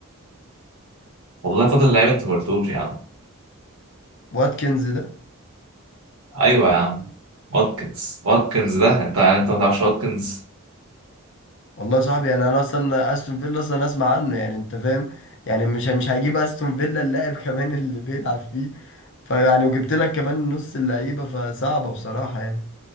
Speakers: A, on the right; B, on the left.
A: والله فاضل لعيب انت ما قلتوش يا عم
B: واتكنز ده
A: ايوه يا عم واتكنز واتكنز ده انت يعني انت ما تعرفش واتكنز
B: والله يا صاحبي يعني انا اصلا استون فيلا اصلا اسمع عنه يعني انت فاهم يعني مش مش هجيب استون فيلا اللاعب <laughs> كمان اللي بيلعب فيه فيعني وجبت لك كمان نص اللعيبه فصعبه بصراحه يعني